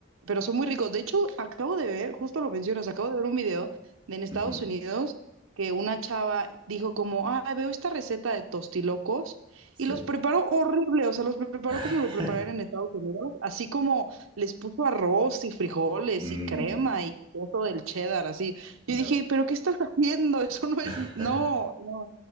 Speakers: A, on the right; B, on the right.
A: pero son muy ricos. De hecho, acabo de ver, justo lo mencionas, acabo de ver un video de en Estados
B: Ujú.
A: Unidos que una chava dijo como, ah, veo esta receta de tostilocos y
B: Sí.
A: los preparó horrible, o sea, los preparó
B: <laughs>
A: como lo prepararon en Estados Unidos, así como les puso arroz y frijoles
B: Mm,
A: y crema y queso del cheddar, así.
B: no.
A: Yo dije, pero ¿qué estás haciendo? <laughs> Eso no
B: <laughs>
A: es, no, no,